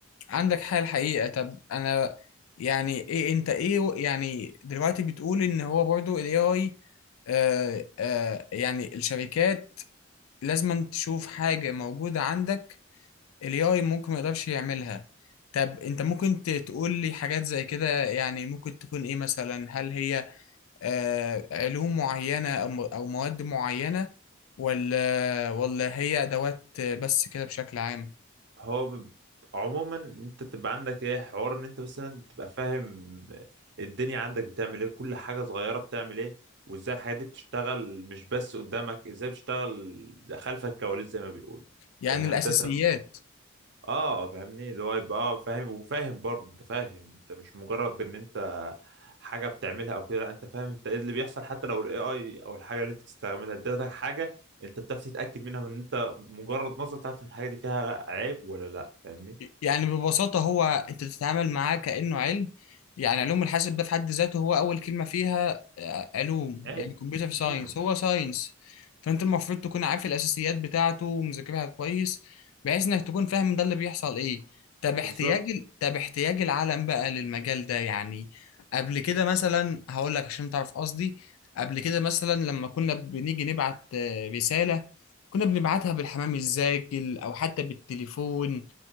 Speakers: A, on the left; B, on the right.
A: عندك حال الحقيقة طب انا يعني ايه انت ايه و- يعني دلوقتي بتقول ان هو برضو الاي اي آه آه يعني الشركات لازم تشوف حاجة موجودة عندك الاي اي ممكن ما يقدرش يعملها طب انت ممكن ت- تقول لي حاجات زي كده يعني ممكن تكون ايه مثلا هل هي آه علوم معينة او م- او مواد معينة ولا ولا هي ادوات بس كده بشكل عام
B: هو ب- عموما انت تبقى عندك ايه حوار ان انت مثلا تبقى فاهم الدنيا عندك بتعمل ايه كل حاجة صغيرة بتعمل ايه وازاي الحاجات دي بتشتغل مش بس قدامك ازاي بتشتغل خلف الكواليس زي ما بيقول
A: يعني
B: فاهمني
A: الاساسيات
B: ما انت مثلا اه فاهمني اللي هو يبقى اه فاهم وفاهم برضه انت فاهم انت مش مجرد ان انت حاجه بتعملها او كده لا انت فاهم انت ايه اللي بيحصل حتى لو الاي اي او الحاجه اللي انت بتستعملها ادتك حاجه انت بتعرف تتاكد منها من ان انت مجرد نظره تعرف ان الحاجه دي فيها عيب ولا لا فاهمني
A: يعني ببساطة هو أنت بتتعامل معاه كأنه علم يعني علوم الحاسب ده في حد ذاته هو أول كلمة فيها آه، علوم
B: عيب
A: يعني كمبيوتر ساينس
B: امم
A: هو ساينس فأنت المفروض تكون عارف الأساسيات بتاعته ومذاكرها كويس بحيث إنك تكون فاهم ده اللي بيحصل إيه طب
B: بالظبط
A: احتياج ال- طب احتياج العالم بقى للمجال ده يعني قبل كده مثلا هقول لك عشان تعرف قصدي قبل كده مثلا لما كنا بنيجي نبعت آه، رسالة كنا بنبعتها بالحمام الزاجل أو حتى بالتليفون